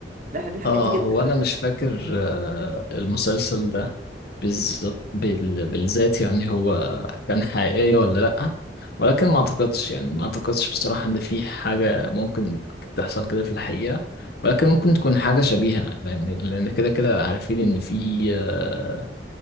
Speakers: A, on the right; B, on the left.
A: بحب الحاجات
B: اه
A: دي جدا
B: هو انا مش فاكر آه، المسلسل ده بالظبط بال- بالذات يعني هو كان حقيقيه ولا لا ولكن
A: اه
B: ما اعتقدش يعني ما اعتقدش بصراحه ان في حاجه ممكن تحصل كده في الحقيقه ولكن ممكن تكون حاجه شبيهه لان لان كده كده عارفين ان في آه،